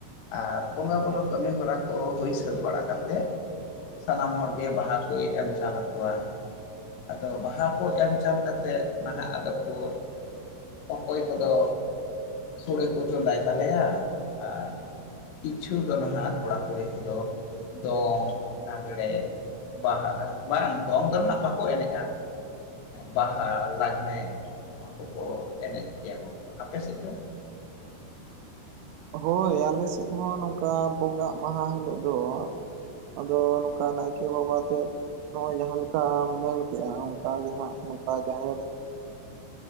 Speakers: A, on the left; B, on the right.
A: ᱟᱨ ᱵᱚᱸᱜᱟ ᱵᱩᱨᱩᱳ ᱠᱟᱹᱢᱤ ᱦᱚᱨᱟ ᱠᱚ ᱦᱩᱭ ᱥᱟᱹᱛ ᱵᱟᱲᱟ ᱠᱟᱛᱮ ᱥᱟᱱᱟᱢ ᱦᱚᱲ ᱜᱮ ᱵᱟᱦᱟ ᱠᱚᱭ ᱮᱢ ᱪᱟᱞ ᱟᱠᱚᱣᱟ᱾ ᱟᱫᱚ ᱵᱟᱦᱟ ᱠᱚ ᱮᱢ ᱪᱟᱞ ᱠᱟᱛᱮᱫ ᱱᱟᱦᱟᱜ ᱟᱫᱚ ᱵᱚᱭ ᱚᱠᱚᱭ ᱠᱚᱫᱚ ᱥᱳᱲᱮ ᱠᱚ ᱪᱚᱸᱫᱟᱭ ᱛᱟᱞᱮᱭᱟ ᱟᱨ ᱠᱤᱪᱷᱩ ᱫᱚ ᱱᱟᱦᱟᱜ ᱠᱚᱲᱟ ᱠᱩᱲᱤ ᱠᱚᱫᱚ ᱫᱚᱝ, ᱞᱟᱜᱽᱲᱮ ᱵᱟᱦᱟ ᱵᱟᱝ ᱫᱚᱝ ᱫᱚ ᱱᱟᱜ ᱵᱟᱠᱚ ᱮᱱᱮᱡ-ᱟ ᱵᱟᱦᱟ, ᱞᱟᱜᱽᱲᱮ ᱱᱚᱣᱟ ᱠᱚᱠᱚ ᱮᱱᱮᱡ ᱜᱮᱭᱟ ᱜᱚᱝᱠᱮ᱾ ᱟᱯᱮ ᱥᱮᱫ ᱫᱚ?
B: ᱦᱳᱭ ᱟᱞᱮ ᱥᱮᱫ ᱦᱚᱸ ᱱᱚᱝᱠᱟ ᱵᱚᱸᱜᱟᱜ ᱢᱟᱦᱟ ᱦᱤᱞᱳᱜ ᱫᱚ ᱟᱫᱚ ᱱᱚᱝᱠᱟ ᱱᱟᱭᱠᱮ ᱵᱟᱵᱟ ᱛᱮ ᱱᱚᱜ-ᱚᱭ ᱡᱟᱦᱟᱸ ᱞᱮᱠᱟᱢ ᱢᱮᱱᱠᱮᱜ-ᱟ ᱚᱱᱠᱟ ᱜᱮ ᱦᱟᱸᱜ ᱱᱚᱝᱠᱟ ᱡᱟᱦᱮᱨ